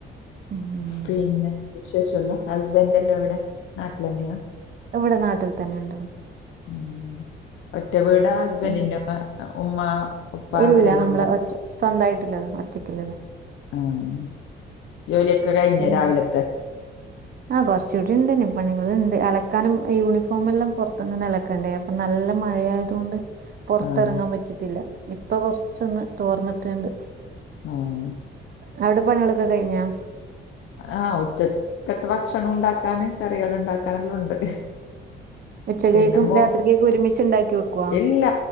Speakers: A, on the right; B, on the left.
A: ഉം
B: പിന്നെ വിശേഷല്ലോ ഹസ്ബൻഡന്റെ എവിടെ നാട്ടിലെന്നയാ
A: ഇവിടെ നാട്ടിൽ തന്നെ ഇണ്ട്
B: ഉം ഒറ്റ വീടാ ഹസ്ബന്റിന്റെ
A: പിന്നെ
B: <unintelligible> ഉമ്മ ഉപ്പ
A: ഇല്ല
B: അവരെല്ലാം
A: അമ്മളെ
B: ഉണ്ടാ
A: ഒറ്റ സ്വന്തായിട്ട്ള്ളതാ ഒറ്റക്കില്ലതാ
B: ആഹ് ജോലിയൊക്കെ കഴിഞ്ഞാ
A: പിന്നെ
B: രാവിലത്തെ
A: ആഹ് കൊറച്ചു കൂടി ഇണ്ട് ഇനി പണികൾ ഇണ്ട് അലക്കാനും യൂണിഫോം എല്ലാം പൊറത്തുനിന്ന്തന്നെ അലക്കണ്ടേ ഇപ്പം നല്ല മഴയായതുകൊണ്ട് പൊറത്തെറങ്ങാൻ
B: ആഹ്
A: പറ്റീട്ടില്ല ഇപ്പൊ കൊറച്ചൊന്ന് തോർന്നിട്ട്ണ്ട്
B: ആണ്
A: അവിടെ പണികളൊക്കെ കഴിഞ്ഞാ
B: ആഹ് ഉച്ചത്തെ ഭക്ഷണം ഉണ്ടാക്കാനും കറികൾ ഉണ്ടാക്കാനെല്ലാം ഉണ്ട്
A: ഉച്ചക്കേക്കും
B: പിന്നെ മോ
A: രാത്രിക്കേക്കും ഒരുമിച്ച് ഇണ്ടാക്കി വെക്കുവാ
B: ഇല്ല